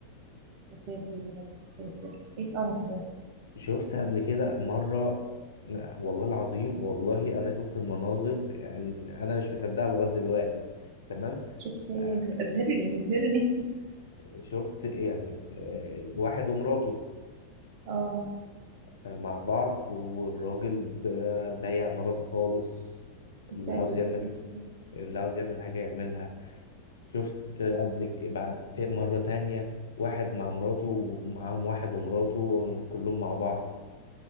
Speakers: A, on the right; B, on the left.
A: يا ساتر يا رب يا ساتر ايه القرف ده
B: شفت قبل كده مرة والله العظيم والله أنا شفت المناظر يعني أنا مش مصدقها لغاية دلوقتي تمام
A: شفت ايه
B: آه،
A: ابه- ابهرني ابهرني
B: شفت يعني آه، واحد ومراته
A: <laughs> اه
B: آه، مع بعض والراجل آه، بايع مراته خالص اللي
A: يا ساتر
B: عاوز يعمل
A: يا ساتر
B: اللي عاوز يعمل حاجة يعملها شفت قبل ك- بعد ت- مرة تانية واحد مع مراته ومعاهم واحد ومراته كلهم مع بعض